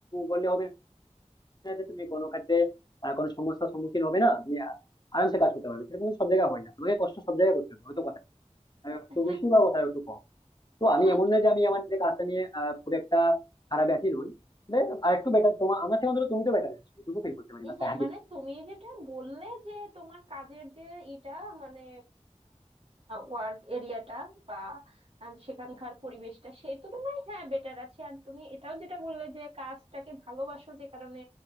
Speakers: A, on the left; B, on the right.
A: বললে হবে না যে তুমি কোনো ক্ষেত্রে আহ, কোনো সমস্যার সম্মুখীন হবে না তুমি আহ, আরামসে কাজ করতে পারবে সেরকম কিন্তু সব জায়গায় হয় না তোমাকে কষ্ট সব জায়গায় করতে হবে হয়তো কোথাও একটু
B: হ্যাঁ
A: বেশি বা কোথাও একটু কম তো আমি
B: হ্যাঁ
A: এমন না যে আমি আমার যে কাজটা নিয়ে আহ, খুব একটা খারাপ আছি নই আর একটু বেটার তোমার আমার থেকে অন্তত তুমি তো বেটার আছো এটুকু ফিল করতে পারি বা
B: হ্যাঁ
A: স্যার
B: মানে তুমি যেটা বললে যে তোমার কাজের যে এটা মানে ওয়ার্ক এরিয়াটা বা আহ, সেখানকার পরিবেশটা সেই তুলনায় হ্যাঁ বেটার আছে আর তুমি এটাও যেটা বললে যে কাজটাকে ভালোবাসো যে কারণে